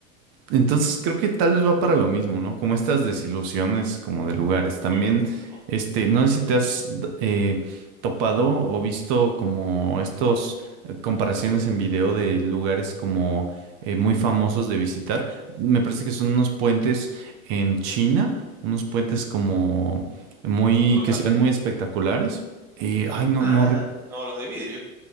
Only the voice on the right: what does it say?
Entonces creo que tal vez va para lo mismo, ¿no? Como estas desilusiones como de lugares. También,
este, no sé si te has d- eh, topado o visto como estos eh, comparaciones en video de lugares como eh, muy famosos de visitar. Me parece que son unos puentes en China, unos puentes como muy,
que se ven muy espectaculares. Eh, ay, no,
no, re-